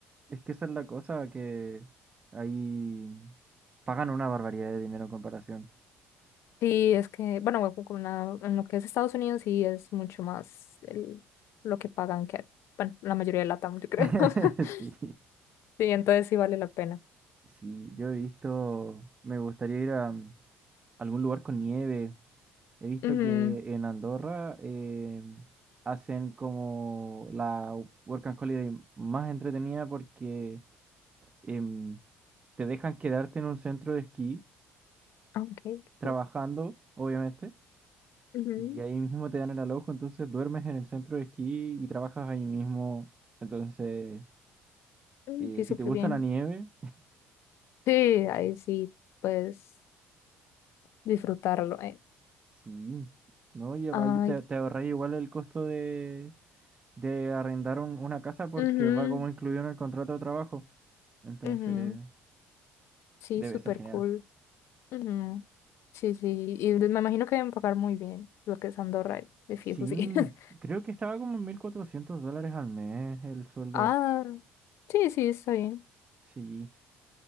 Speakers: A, on the right; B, on the left.
A: es que esa es la cosa, que ahí pagan una barbaridad de dinero en comparación.
B: Sí, es que, bueno, con- con la- en lo que es Estados Unidos sí es mucho más el, lo que pagan que, bueno, la mayoría de LATAM, yo creo.
A: <laughs>
B: <laughs>
A: Sí,
B: Sí, entonces sí vale la pena.
A: sí, yo he visto, me gustaría ir a, algún lugar con nieve. He visto
B: Ujú.
A: que en Andorra eh, hacen como la Work and Holiday más entretenida porque em, te dejan quedarte en un centro de esquí
B: Ah, ok, qué
A: trabajando,
B: cool.
A: obviamente,
B: Ujú.
A: y ahí mismo te dan el alojo, entonces duermes en el centro de esquí y trabajas ahí mismo. Entonces,
B: Mm,
A: eh,
B: Sí,
A: si
B: súper
A: te gusta
B: bien.
A: la nieve,
B: Sí, ahí sí, pues disfrutarlo. eh.
A: sí, ¿no? Y ahí
B: Ay,
A: te, te ahorras igual el costo de de arrendar un- una casa porque
B: ujú,
A: va como incluido en el contrato de trabajo. Entonces,
B: ujú. Sí,
A: debe
B: súper
A: ser genial.
B: cool. Ujú. Sí, sí, y me imagino que deben pagar muy bien lo que es Andorra, de fijo,
A: Sí,
B: sí. <laughs>
A: creo que estaba como en 1.400 dólares al mes el sueldo.
B: Ah, sí, sí, está bien.
A: Sí,